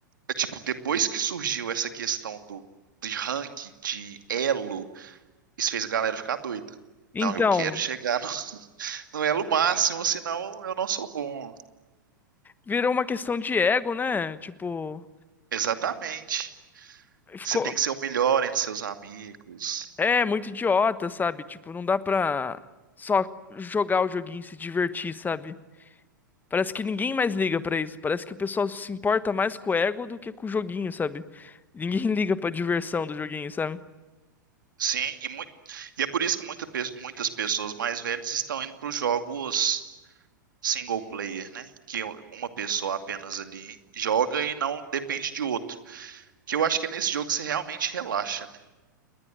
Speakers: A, on the right; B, on the left.
A: é, tipo, depois que surgiu essa questão do de rank, de elo, isso fez a galera ficar doida.
B: Então,
A: Não, eu quero chegar no, <laughs> no elo máximo, senão eu não sou bom.
B: virou uma questão de ego, né? Tipo,
A: Exatamente.
B: ficou.
A: Você tem que ser o melhor entre seus amigos.
B: É, muito idiota, sabe? Tipo, não dá pra só jogar o joguinho e se divertir, sabe? Parece que ninguém mais liga pra isso. Parece que o pessoal se importa mais com o ego do que com o joguinho, sabe? Ninguém <laughs> liga pra diversão do joguinho, sabe?
A: Sim, e, mui- e é por isso que muita pe- muitas pessoas mais velhas estão indo para os jogos single player, né? Que o- uma pessoa apenas ali joga e não depende de outro. Que eu acho que nesse jogo você realmente relaxa, né?